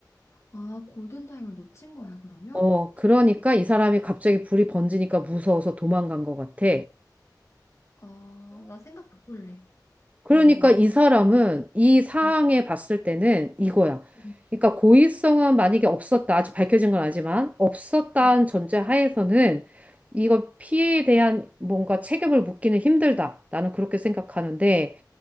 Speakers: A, on the left; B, on the right.
A: 아, 골든타임을 놓친 거야, 그러면?
B: 어, 그러니까 이 사람이 갑자기 불이 번지니까 무서워서 도망간 것 같아.
A: 아, 나 생각 바꿀래.
B: 그러니까
A: 어,
B: 이 사람은 이 상황에
A: 음,
B: 봤을 때는 이거야.
A: 음,
B: 그러니까 고의성은 만약에 없었다. 아직 밝혀진 건 아니지만 없었다는
A: 음.
B: 전제 하에서는 이거 피해에 대한 뭔가 책임을 묻기는 힘들다. 나는 그렇게 생각하는데